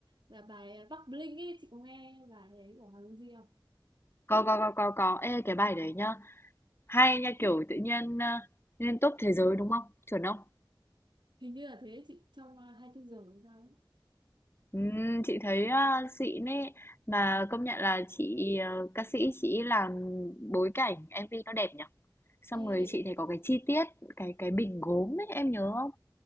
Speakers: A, on the right; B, on the left.
A: là bài Bắc Bling ấy chị có nghe bài ấy của Hoàng Dung Di không
B: Có có có có có. Ê cái bài đấy nhá. Hay nha kiểu tự nhiên ờ, lên top thế giới đúng không? Chuẩn không?
A: hình như là thế chị trong uh, hai mươi tư giờ làm sao ấy.
B: Ừm, chị thấy ờ, xịn ấy mà công nhận là chị ờ, ca sĩ chị làm bối cảnh MV nó đẹp nhỉ. Xong
A: Ê,
B: rồi chị thấy có cái chi tiết, cái cái bình gốm ấy, em nhớ không?